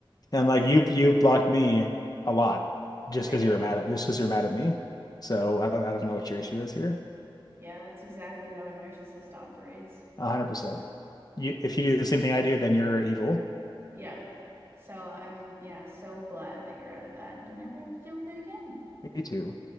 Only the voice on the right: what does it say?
Right.
Yeah, that's exactly how a narcissist operates.
Yep. So I'm, yeah, so glad that you're out of that and you never have to deal with it again.